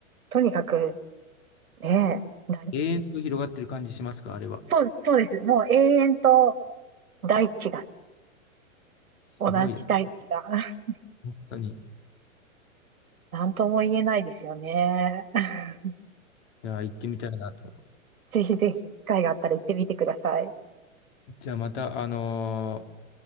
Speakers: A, on the right; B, on the left.
A: とにかく、ね、な、
B: 永遠と広がってる感じしますかあれは。
A: そう、そうです。もう永遠と大地が、同じ大地が、
B: すごいです。
A: <laughs>
B: 本当に。い
A: なんとも言えないですよね。<laughs>
B: や、行ってみたいなと。
A: ぜひぜひ、機会があったら行ってみてください。
B: じゃあまた、あの